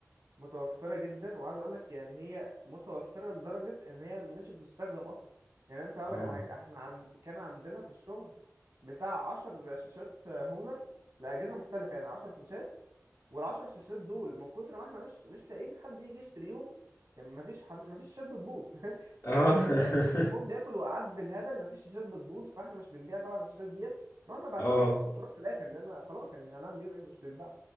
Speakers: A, on the right; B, on the left.
A: متوفرة جدا وعايز اقولك يعني هي متوفرة لدرجة ان هي مش بتستخدم اصلا يعني انت هقولك
B: اه
A: على حاجة احنا عند كان عندنا في الشغل بتاع عشر شاشات هونر لأجهزة مختلفة يعني عشر شاشات والعشر شاشات دول من كتر ما احنا مش مش لاقيين حد يجي يشتريهم يعني مفيش حرف مفيش شاشات بتبوظ <laughs>
B: اه
A: فاهمني يعني انت
B: <laughs>
A: التليفون بياكل وقعات بالهبل مفيش شاشات بتبوظ فاحنا مش بنبيع طبعا الشاشات ديت رحنا بعناهم
B: اه
A: برخص التراب في الاخر لان خلاص يعني هنعمل بيهم ايه مش بيتباع